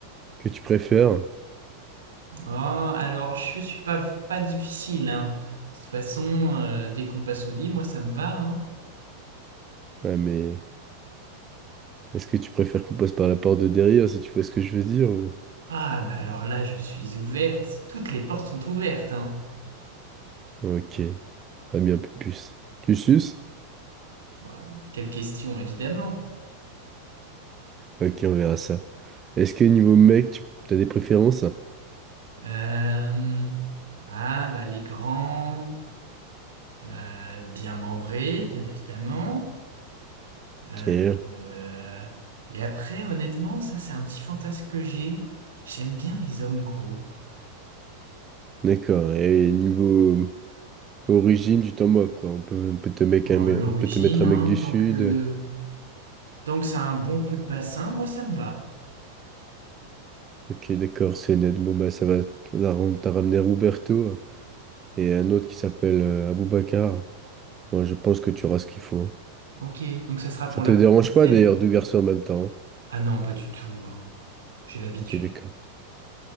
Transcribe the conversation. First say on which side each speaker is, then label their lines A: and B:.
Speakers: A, on the right; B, on the right.
A: que tu préfères?
B: Ah, alors, je suis pas, pas difficile, hein. De toute façon, euh, dès qu'on passe au lit, moi, ça me va, hein.
A: Ouais, mais est-ce que tu préfères qu'on passe par la porte de derrière, si tu vois ce que je veux dire? ou-
B: Ah, mais alors là, je suis ouverte. Toutes les portes sont ouvertes, hein.
A: Ok, très bien, pupus. Tu suces?
B: Bon, quelle question, évidemment.
A: Ok, on verra ça. Est-ce que niveau mec, tu as des préférences?
B: Euh, ah, bah, les grands, euh, bien membrés, bien évidemment.
A: Ok,
B: Euh, euh, et après, honnêtement, ça c'est un petit fantasme que j'ai. J'aime bien les hommes gros.
A: d'accord. Et niveau euh, origine, tu t'en moques, quoi. On peut, on peut te mec
B: Oh,
A: un mec-
B: l'origine,
A: on peut te mettre
B: hein,
A: un mec du sud.
B: tant que, tant que ça a un bon coup de bassin, moi ça me va.
A: Ok, d'accord, c'est net. Bon, bah, ça va. On a, on t'a ramené Roberto et un autre qui s'appelle euh, Aboubacar. Moi, je pense que tu auras ce qu'il faut. hein.
B: Ok, donc ça sera
A: Ça
B: pour
A: te
B: la
A: dérange
B: première scène.
A: pas d'ailleurs, deux garçons en même temps. hein
B: Ah non, pas du tout, hein. J'ai l'habitude.
A: Ok, d'accord.